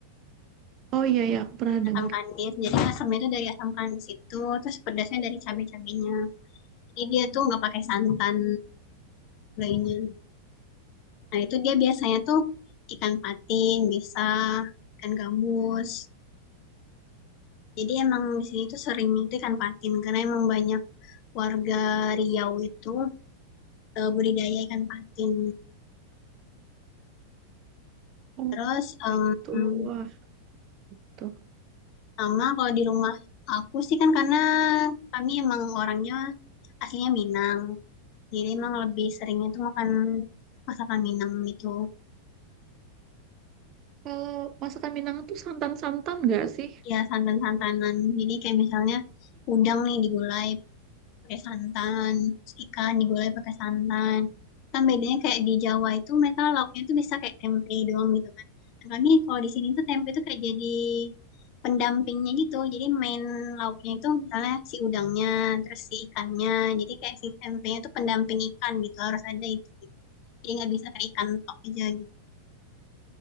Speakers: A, on the right; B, on the left.
A: Oh iya, iya, aku pernah dengar.
B: asam kandis jadi asamnya itu dari asam kandis itu terus pedasnya dari cabai-cabainya jadi dia tuh nggak pakai santan gulainya Nah, itu dia biasanya tuh ikan patin, bisa ikan gabus. Jadi emang di sini tuh sering itu ikan patin karena emang banyak warga Riau itu eh, budidaya ikan patin.
A: Oh,
B: Terus em,
A: gitu. Wah, tuh.
B: sama kalau di rumah aku sih kan karena kami emang orangnya aslinya Minang. Jadi emang lebih seringnya tuh makan masakan Minang gitu.
A: Kalau masakan Minang tuh santan-santan nggak sih?
B: Ya santan-santanan. Jadi kayak misalnya udang nih digulai pakai santan Terus ikan digulai pakai santan kan bedanya kayak di Jawa itu mereka lauknya itu bisa kayak tempe doang gitu kan nah, kami kalau di sini tuh tempe itu kayak jadi pendampingnya gitu jadi main lauknya itu misalnya si udangnya terus si ikannya jadi kayak si tempenya itu pendamping ikan gitu harus ada itu gitu jadi nggak bisa kayak ikan tok aja gitu